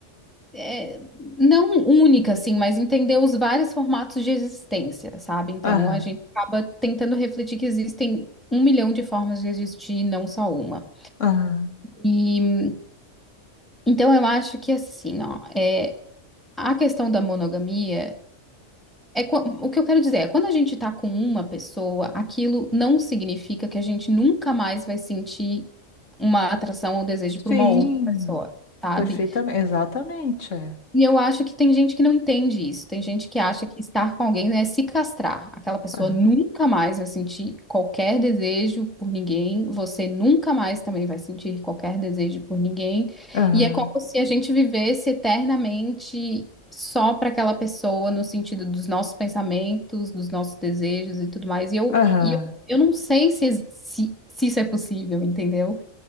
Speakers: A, in the centre; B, on the left.
A: é, não única, assim, mas entender os vários formatos de existência, sabe? Então
B: aham,
A: a gente acaba tentando refletir que existem um milhão de formas de existir, não só uma.
B: aham.
A: E então eu acho que assim, ó, é, a questão da monogamia é qua- o que eu quero dizer é quando a gente tá com uma pessoa, aquilo não significa que a gente nunca mais vai sentir uma atração ou desejo
B: Sim,
A: por uma outra pessoa, sabe?
B: Perfeitamente, exatamente, é.
A: E eu acho que tem gente que não entende isso. Tem gente que acha que estar com alguém né, é se castrar. Aquela pessoa
B: Aham,
A: nunca mais vai sentir qualquer desejo por ninguém. Você nunca mais também vai sentir qualquer desejo por ninguém.
B: aham,
A: E é como se a gente vivesse eternamente só para aquela pessoa, no sentido dos nossos pensamentos, dos nossos desejos e tudo mais. E eu,
B: aham,
A: e eu,
B: aham,
A: eu não sei se, se, se isso é possível, entendeu?